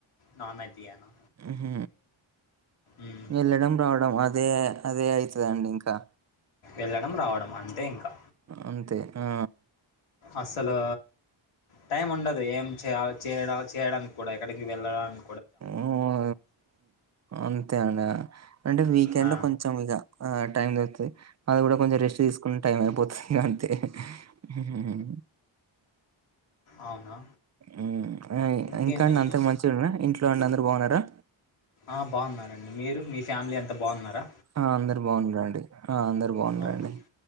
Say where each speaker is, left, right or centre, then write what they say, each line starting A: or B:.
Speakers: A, on the left (about 85°); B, on the right (about 35°).
A: నాన్ ఐటియేనా.
B: ఉహ్
A: మ్మ్.
B: వెళ్లడం, రావడం అదే. అదే అయితదండి ఇంకా.
A: ఏళ్ళడం రావడం అంతే ఇంకా
B: అంతే ఆ
A: అసలు టైం ఉండదు ఏం చేయ చేయడ చేయడానికి కూడా ఎక్కడికి వెళ్ళడాని
B: ఉ అంతే అనా అంటే వీకెండ్
A: ఆ.
B: కొంచెం ఇగా ఆ టైమ్ దొరుతది అది కూడా కొంచెం రెస్ట్ తీసుకున్న టైం అయిపోతది ఇగా అంతే ఉహు హు
A: అవునా
B: ఉ
A: ఇంకేంటండి
B: ఇంకా అన్న అంత మంచిగురా ఇంట్లో అన్న అందరు బాగున్నారా
A: ఆ బాన్నారండి మీరు మీ ఫ్యామిలీ అంతా బావున్నారా
B: ఆ అందరు బావున్నారండి ఆ అందరు బావున్నారండి
A: ఆహా.